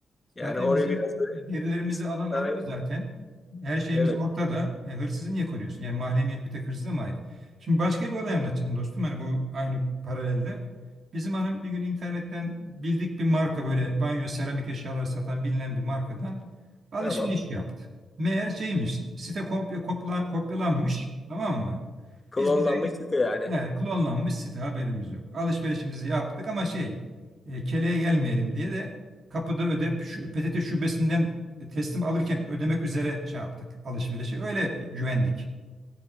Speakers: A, on the left (about 25°); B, on the right (about 50°).
A: Yani
B: Zaten
A: oraya
B: bizim
A: biraz böyle
B: gerilerimizi
A: istisnai
B: alan alıyor zaten. Her şeyimiz
A: Evet,
B: ortada. E, hırsızı niye koruyorsun? Yani mahremiyet bir tek hırsıza mı ait? Şimdi başka bir olay anlatacağım dostum. Hani bu aynı paralelde. Bizim hanım bir gün internetten bildik bir marka böyle banyo seramik eşyalar satan bilinen bir markadan alışveriş
A: tamam.
B: yaptı. Meğer şeymiş site kopya, kopla- kopyalanmış tamam mı?
A: Klonlanmış
B: Biz bize
A: site yani.
B: he, klonlanmış site haberimiz yok. Alışverişimizi yaptık ama şey e, keleğe gelmeyelim diye de kapıda öde şu, PTT şubesinden teslim alırken ödemek üzere şey yaptık alışverişi. Öyle güvendik.